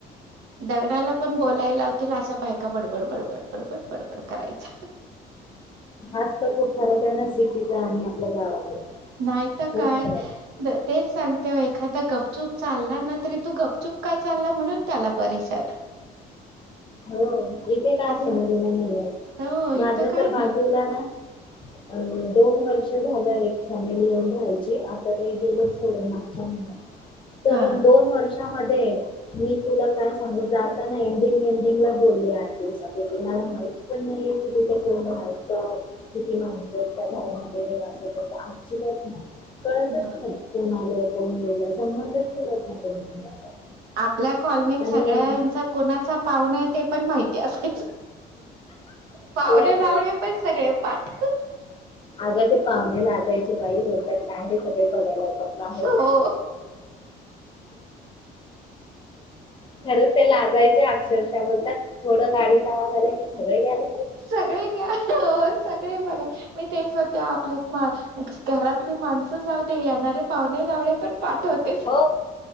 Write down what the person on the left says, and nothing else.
हाच तर खूप फरक आहे ना, सिटीचा, आणि आपल्या गावाकडचा.
खूप
फरक
हो, इथे काय
घेणं
देणं नाहीये,
माझ्या
तर बाजूला
ना अ दोन वर्ष झालं, एक फॅमिली येऊन राहायची, आता ते गेलेत सोडून मागच्या महिन्यात. <unintelligible>
दोन वर्षामध्ये, मी तुला काय सांगू, जाताना एंडिंग <unintelligible> बोलली आठ दिवसपूर्वी, मला माहित पण नाहीये की तिथे कोण रहायचं? किती माणसं त्या घरामध्ये? अस तसं अजिबात नाही. कळतच
नाही, कोण आलं? कोण गेलं? संबंधच ठेवत नाही, कोणी कोणाचा.
आणि
लय भारी
अगं ते पाहुणे लाजायचे बाई, बोलतात काय हे सगळे बघायला येतात. बाहेर
खरंच ते लाजायचे अक्षरशः, बोलतात थोडं गाडीचा आवाज झालं की सगळं गेलं
हो,